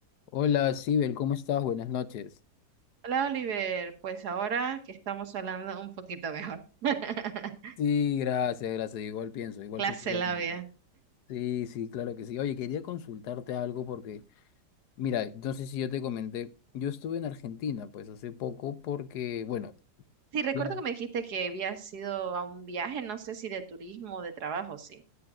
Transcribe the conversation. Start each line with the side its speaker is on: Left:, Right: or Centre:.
Left: Hola, Sibel, ¿cómo estás? Buenas noches.
Right: Hola Oliver, pues ahora que estamos hablando un poquito mejor. <laughs>
Left: Sí, gracias, gracias. Igual pienso, igual
Right: Clase
Left: pienso lo
Right: labia.
Left: mismo. Sí, sí, claro que sí. Oye, quería consultarte algo porque, mira, no sé si yo te comenté, yo estuve en Argentina, pues hace poco porque, bueno,
Right: Sí, recuerdo
Left: ya
Right: que me dijiste que habías ido a un viaje, no sé si de turismo o de trabajo, sí.